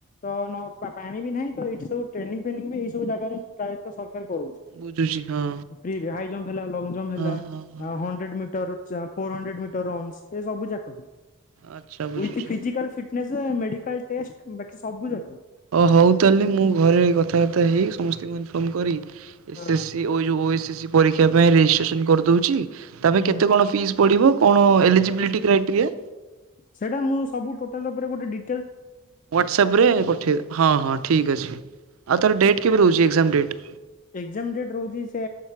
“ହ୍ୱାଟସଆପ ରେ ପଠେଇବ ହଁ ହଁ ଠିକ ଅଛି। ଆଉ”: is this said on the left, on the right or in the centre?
Right